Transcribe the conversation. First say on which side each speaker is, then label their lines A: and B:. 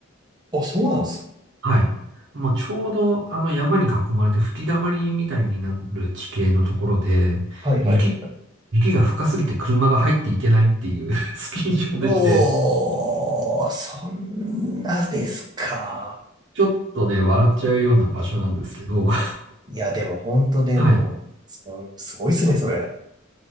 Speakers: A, on the right; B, on the right.
A: あ、そうなんすね。
B: はい。もうちょうどあの山に囲まれて吹き溜まりみたいになる地形のところで、
A: はいはいはいはい。
B: 雪、雪が深すぎて車が入っていけないっていう <laughs> スキー場でして、
A: うおー、そんなですか。
B: ちょっとね、笑っちゃうような場所なんですけど、<laughs>
A: いや、でも本当でも、
B: はい。
A: そんすごいっすね、それ。